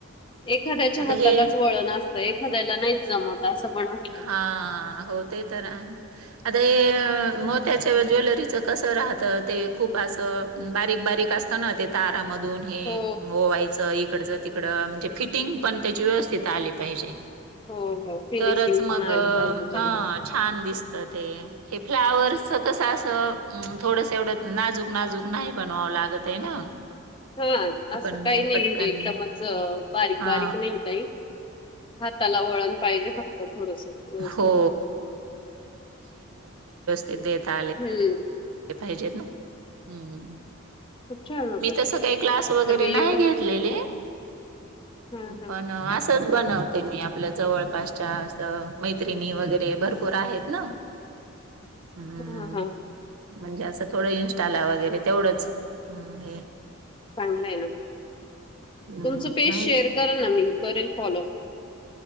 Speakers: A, on the left; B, on the right.
A: एखाद्याच्या
B: आता
A: हातालाच
B: हे
A: वळण असतं. एखाद्याला नाहीच जमत असं पण असत.
B: हा हो ते तर आहे. आता हे, मोत्याच्या ज्वेलरीचं कसं राहतं? ते खूप असं- बारीक बारीक असत ना? ते तारामधून हे
A: हो,
B: ओवायचं. एक - कडच तिकड. म्हणजे फिटिंग पण त्याची व्यवस्थित आली पाहिजे.
A: हो, हो. फिनिशिंग
B: तरच
A: पण
B: मग,
A: आली पाहिजे त्याला.
B: हा. छान दिसत ते. हे फ्लावर्स च कसं असं? अम. थोडंस एवढं नाजूक नाजूक नाही बनवावं लागत आहे ना?
A: हा.
B: आपण
A: असं काही नाही
B: पटकन
A: म्हणजे एकदमच बारीक
B: हा
A: बारीक नाही काही. त्याला वळण पाहिजे फक्त थोडस व्यवस्थित.
B: हो देेता आले-
A: हम्म.
B: ते पाहिजेत ना? हम्म.
A: खूप छान होतात
B: मी तस
A: ते.
B: काही क्लास
A: आता
B: वगैरे
A: मी
B: नाही
A: एवढं
B: घेतलेले.
A: हां, हां.
B: पण असं - च बनवते मी. आपल्या जवळपासच्या अस मैत्रिणी वगैरे भरपूर आहेत ना? हम्म.
A: हां, हां.
B: म्हणजे, असं थोडं इंस्टाला वगैरे तेवढंच हे.
A: चांगलं आहे ना.
B: हम्म
A: तुमचं पेज
B: नाही
A: शेअर कराल ना? मी करेल फॉलो.